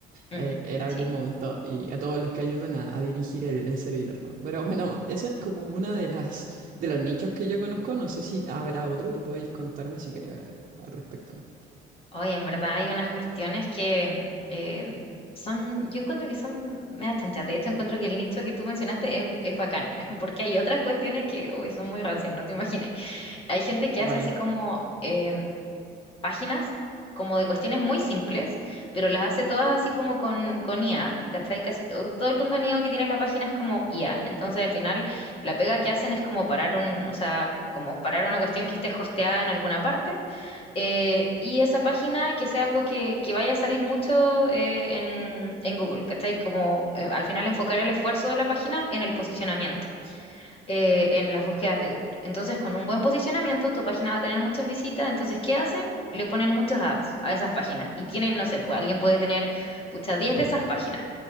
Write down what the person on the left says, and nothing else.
ujú,
Sí.
Hoy en verdad hay unas cuestiones que eh, son, yo encuentro que son medio chanchas. De hecho, encuentro que el nicho que tú mencionaste es, es bacán, <laughs> porque hay otras cuestiones que hoy son muy rancias, no te imaginas. Hay gente que
hace así como em, páginas, como de cuestiones muy simples, pero las hace todas así como con, con IA, ¿cachai? Casi todo, todo el contenido que tiene la página es como IA. Entonces, al final, la pega que hacen es como parar un, o sea, como parar una cuestión que esté hosteada en alguna parte eh, y esa página que sea algo que, que vaya a salir mucho eh, en, en Google, ¿cachai? Como eh, al final enfocar el esfuerzo de la página en el posicionamiento, eh, en las búsquedas de Google. Entonces, con un buen posicionamiento, tu página va a tener muchas visitas. Entonces, ¿qué hacen? Le ponen muchos ads a esas páginas. Y tienen, no sé, pues alguien puede tener, pucha, 10 de esas páginas.